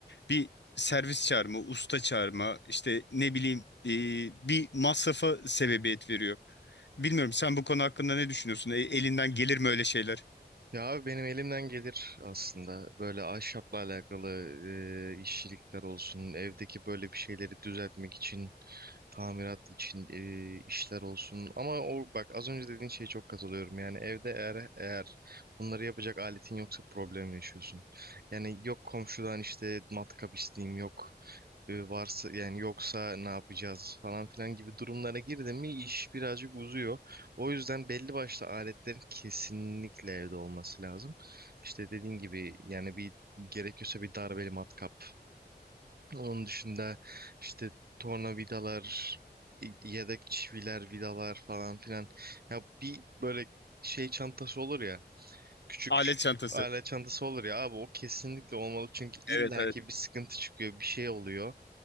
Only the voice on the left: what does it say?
bir servis çağırma, usta çağırma, işte ne bileyim e, bir masrafa sebebiyet veriyor. Bilmiyorum sen bu konu hakkında ne düşünüyorsun? E, elinden gelir mi öyle şeyler?
Alet çantası.
Evet
evet.